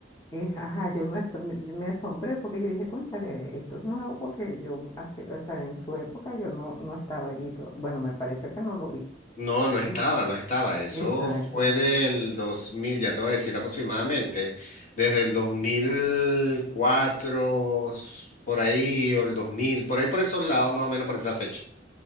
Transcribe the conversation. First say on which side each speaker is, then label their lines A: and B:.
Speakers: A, on the left; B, on the left.
A: Es, ajá, yo me, asom- me me asombré porque yo dije, cónchale, esto es nuevo porque yo hace, o sea, en su época yo no, no estaba allí todo. Bueno, me pareció que no lo vi.
B: No, no estaba,
A: E-
B: no estaba. Eso
A: Exacto.
B: fue del 2000, ya te voy a decir aproximadamente, desde el 2004, s- por ahí, o el 2000 por ahí por esos lados, más o menos por esa fecha.